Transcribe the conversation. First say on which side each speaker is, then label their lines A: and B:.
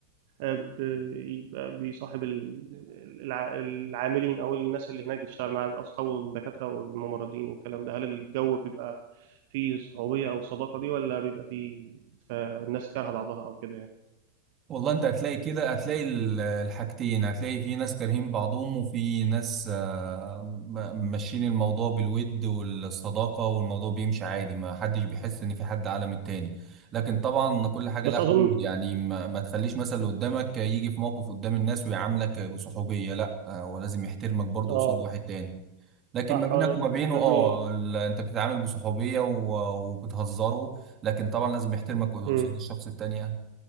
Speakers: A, on the right; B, on the right.
A: آه، بيبقى بيصاحب ال- الع- العاملين او الناس اللي هناك بتشتغل مع اصحابه والدكاتره والممرضين والكلام ده هل الجو بيبقى فيه صعوبيه او الصداقه دي ولا بيبقى فيه فالناس كارهه بعضها او كده يعني
B: والله انت هتلاقي كده هتلاقي ال- الحاجتين هتلاقي في ناس كارهين بعضهم وفي ناس آه، م- ماشيين الموضوع بالود والصداقة والموضوع بيمشي عادي ما حدش بيحس ان في حد اعلى من التاني لكن طبعا كل حاجة
A: بس
B: لها حدود
A: اظن
B: يعني ما, ما تخليش مثلا اللي قدامك يجي في موقف قدام الناس ويعاملك بصحوبية لا آه، هو لازم يحترمك برضه
A: اه
B: قصاد واحد تاني لكن
A: صح
B: ما بينك
A: هو لازم
B: وما بينه
A: لازم
B: اه
A: ي...
B: ال- انت بتتعامل بصحوبية و- وبتهزره لكن طبعا لازم يحترمك قصاد
A: مم.
B: الشخص التاني يعني